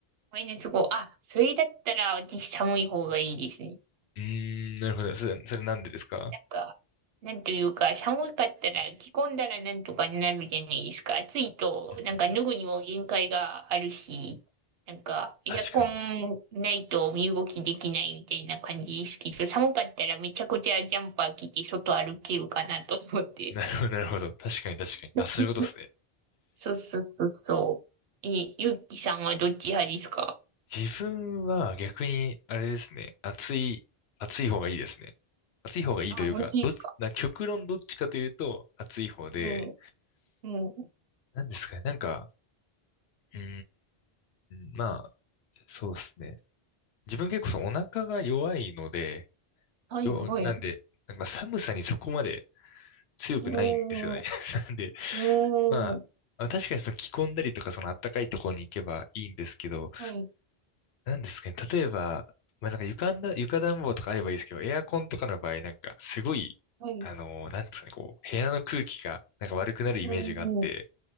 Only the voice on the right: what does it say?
マイナス5。あ、それだったら、私寒い方がいいですね。
なんか、なんというか、寒かったら着込んだらなんとかなるじゃないですか。暑いと、
なんか脱ぐにも限界があるし、なんか、
エアコンないと身動きできないみたいな感じですけど、寒かったらめちゃくちゃジャンパー着て外歩けるかなと思って。
<laughs>
そうそうそうそう。え、ゆうきさんはどっち派ですか
あ、本当ですか
うん、うん。
はい、
はい。
うーん、う
ーん。
はい、
はい。
うん、